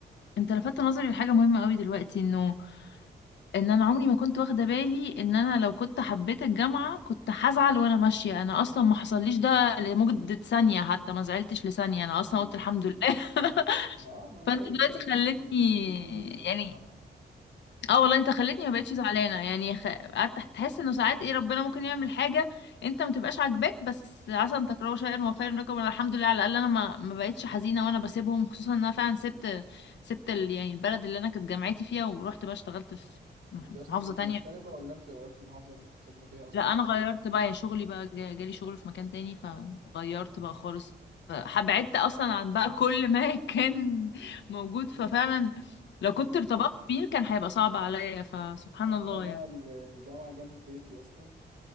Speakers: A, on the left; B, on the right.
A: انت لفتت نظري لحاجة مهمة قوي دلوقتي انه ان انا عمري ما كنت واخدة بالي ان انا لو كنت حبيت الجامعة كنت هزعل وانا ماشية انا اصلا ما حصلليش ده لمدة ثانية حتى ما زعلتش لثانية انا اصلا
B: امم
A: قلت الحمد لله <laughs>
B: ما اه ما انا
A: فانت
B: بقول
A: دلوقتي
B: لك يعني دي
A: خلتني
B: دي دي, دي ميزه بصراحه
A: يعني اه والله انت خلتني ما بقتش زعلانه يعني خ... قعدت تحس انه ساعات ايه ربنا ممكن يعمل حاجه انت ما تبقاش عاجباك بس عسى ان تكرهوا شيئا وخيرا لكم انا الحمد لله على الاقل انا ما ما بقتش حزينه وانا بسيبهم خصوصا ان انا فعلا سبت سبت ال... يعني البلد اللي انا كانت جامعتي فيها ورحت بقى اشتغلت في مح-
B: انت
A: في
B: اصلا
A: محافظه
B: كنت
A: تانية
B: مغتربه ولا انت غيرت المحافظه اللي انت كنت ساكنه فيها اصلا
A: لا انا غيرت بقى يا شغلي بقى جا- جالي شغل في مكان تاني فغيرت
B: اه
A: بقى خالص فبعدت اصلا عن بقى كل ما <laughs> كان موجود ففعلا
B: امم
A: لو كنت ارتبطت بيه كان هيبقى صعب عليا فسبحان
B: لا
A: الله
B: انا بقى
A: يعني
B: ال- الجامعه جنب بيتي اصلا